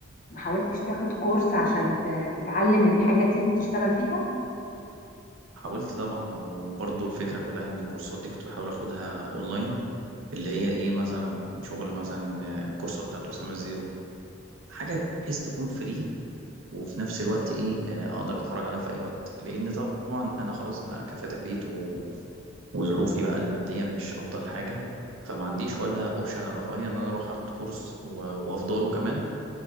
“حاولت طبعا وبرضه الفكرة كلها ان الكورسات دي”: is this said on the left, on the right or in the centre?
Right